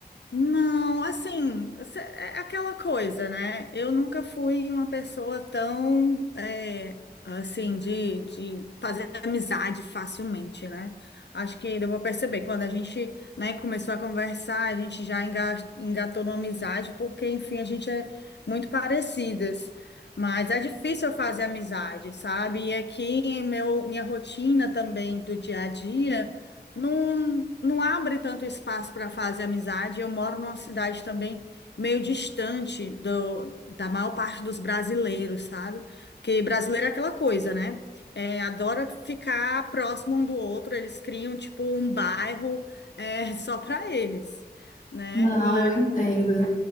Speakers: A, on the left; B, on the left.
A: Não, assim, cê- é aquela coisa, né? Eu nunca fui uma pessoa tão, é, assim, de, de fazer amizade facilmente, né? Acho que deu para perceber, quando a gente, né, começou a conversar, a gente já enga- engatou numa amizade, porque, enfim, a gente é muito parecidas. Mas é difícil eu fazer amizade, sabe? E aqui, meu, minha rotina também do dia a dia não, não abre tanto espaço para fazer amizade. Eu moro numa cidade também meio distante do, da maior parte dos brasileiros, sabe? Porque brasileiro é aquela coisa, né? É, adora ficar próximo um do outro, eles criam tipo um bairro é, <laughs> só para eles, né?
B: Não,
A: E
B: eu entendo.